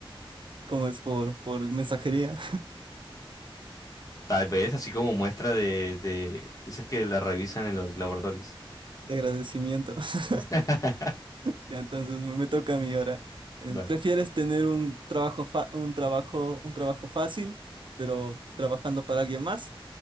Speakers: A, on the right; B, on the left.
A: ¿cómo es? Por, por mensajería
B: Tal vez así como muestra de, de... Dices que la revisan en los laboratorios.
A: de agradecimiento. <laughs>
B: <laughs>
A: Ya, entonces me, me toca a mí ahora. Em,
B: Va.
A: ¿Prefieres tener un trabajo, fa- un trabajo, un trabajo fácil, pero trabajando para alguien más?